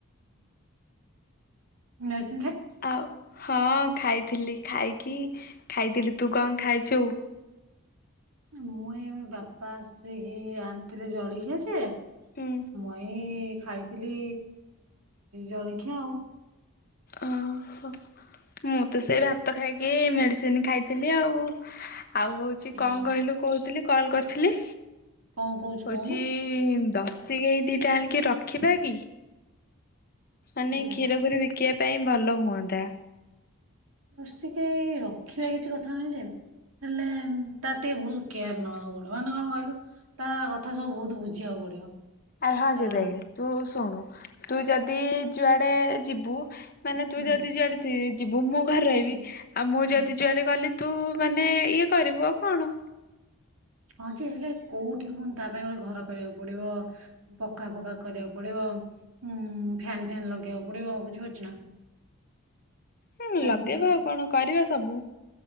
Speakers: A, on the right (about 85°); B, on the left (about 45°).
A: ମେଡ୍
B: ଆଉ ହଁ ଖାଇଥିଲି ଖାଇକି ଖାଇଥିଲି ତୁ କଣ ଖାଇଛୁ?
A: ମୁଁ ବାପା ଆସିକି ଆଣିଥିଲେ ଜଳଖିଆ ଯେ
B: ହୁଁ
A: ମୁଁ ଏଇ ଖାଇଥିଲି ଜଳଖିଆ ଆଉ
B: ଓହୋ ମୁଁ ତ ସେ ଭାତ ଖାଇକି ମେଡିସିନ ଖାଇଥିଲି ଆଉ ଆଉ ହଉଛି
A: ହୁଁ
B: କଣ କହିଲୁ କହୁଥିଲି। କଣ କରିଥିଲି?
A: କଣ କହୁଛୁ
B: ହଉଛି
A: କହୁନୁ
B: ତ ସିକ ଦିଟା ଆଣିକି ରଖିବା କି? ଆାନେ
A: ଶିଖା
B: କ ଖିର ଖିରୁ ବି ଶଖିବା ପାଇଁ ଭଲ ହୁଅନ୍ତା।
A: ଜରଷିଗାଇ ରଖିବା କିଛି କଥା ନାହିଁ ଯେ ହେଲେ ତ ଟିକେ ବହୁତ କେୟାର ନବାକୁ ପଡିବ ମାନେ କଣ କହିଲୁ ତା କଥା ସବୁ ବହୁତ ବୁଝିବାକୁ ପଡିବ
B: ଆରେ ହଁ
A: ତା
B: ଯ ଦେ ତୁ ଶୁଣୁ ତୁ ଯଦି ଯୁଆଡ଼େ ଯିବୁ ମାନେ ତୁ
A: ହୁଁ
B: ଯଦି ଯୁଆଡ଼େ ସିଏ ଯି ମୁଁ ମୁଁ ଘରେ ରହିବି
A: ହୁଁ
B: ଆଉ ମୁଁ
A: ହୁଁ
B: ଯଦି ଯୁଆଡେ ଗଲି ତୁ ମାନେ ଇଏ କରିବୁ ଆଉ କଣ
A: ହଁ ଯେ ହେଲେ କୋଉଠି ପୁଣି ତା ପାଇଁ ଗୋଟେ ଘର କରିବାକୁ ପଡିବ ପକା ଫକା କରିବାକୁ ପଡିବ, ଉଁ ଫ୍ୟାନ ଫ୍ୟାନ ଲଗେଇବାକୁ ପଡିବ, ବୁଝିପାରୁଛି ନା।
B: ହୁଁ
A: ତାକୁ
B: ଲଗେଇବା
A: ପୁଣି ତା
B: ଆଉ କଣ କରିବା ସବୁ